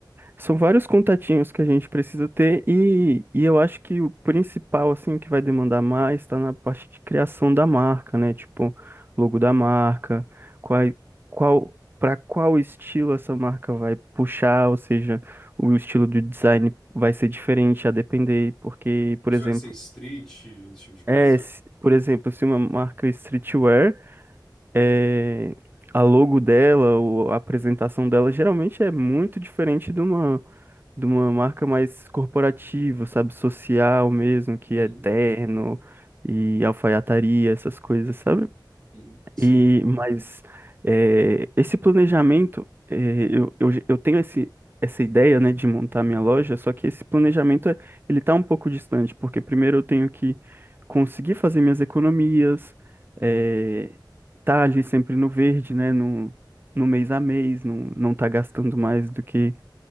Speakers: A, on the right (about 25°); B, in the centre.
A: São vários contatinhos que a gente precisa ter e, e eu acho que o principal, assim, que vai demandar mais está na parte de criação da marca, né? Tipo, logo da marca, qual, qual, para qual estilo essa marca vai puxar, ou seja, o estilo do design vai ser diferente a depender, porque, por
B: Isso
A: exemplo,
B: vai ser street, esse tipo de coisa?
A: é, se- por exemplo, se uma marca é streetwear é, a logo dela, ou a apresentação dela, geralmente é muito diferente de uma, de uma marca mais corporativa, sabe? Social mesmo, que
B: Uhum,
A: é terno e alfaiataria, essas coisas, sabe?
B: uhum, Sim,
A: E, mas eh, esse planejamento, eh, eu, eu, eu tenho esse, essa ideia, né, de montar minha loja, só que esse planejamento, é- ele tá um pouco distante, porque primeiro eu tenho que conseguir fazer minhas economias,
B: uhum,
A: eh, tá ali sempre no verde, né, no, no mês a mês, não, não tá gastando mais do que,